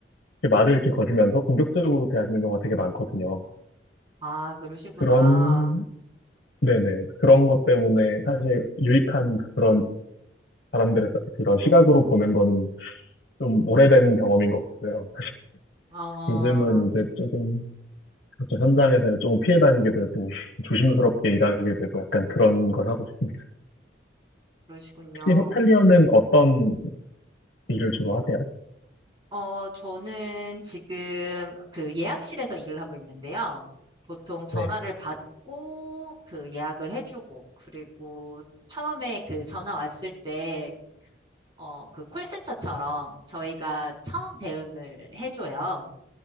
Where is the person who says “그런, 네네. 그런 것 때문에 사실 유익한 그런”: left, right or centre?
Left